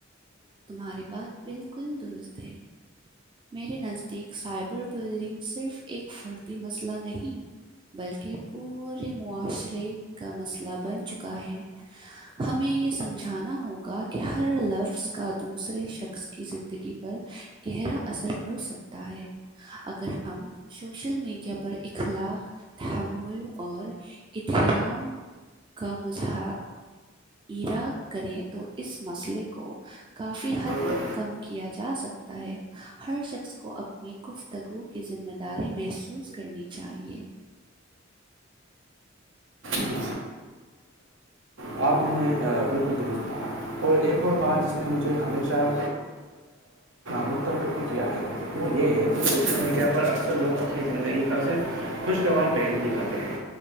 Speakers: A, on the right (about 25°); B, on the right (about 70°).
A: تمہاری بات بالکل درست ہے میرے نزدیک سائبر بلنگ صرف ایک فردی مسئلہ نہیں بلکہ پورے معاشرے کا مسئلہ بن چکا ہے ہمیں یہ سمجھانا ہوگا کہ ہر لفظ کا دوسرے شخص کی زندگی پر گہرا اثر پڑ سکتا ہے اگر ہم سوشل میڈیا پر اخلاق تحمل اور احرام کا مضحق ایرا کریں تو اس مسئلے کو کافی حد
B: ہے
A: تک کم کیا جا سکتا ہے ہر شخص کو اپنی گفتگو کی ذمہ داری محسوس کرنی چاہیے
B: جی آپ نے بالکل درست کہا اور ایک اور بات ج نے مجھے ہمیشہ متفق بھی کیا ہے وہ یہ ہے کو سوشل میڈیا پر اکثر لوگ اپنی زندگی کا صرف خوشگوار پہلو دکھاتے ہیں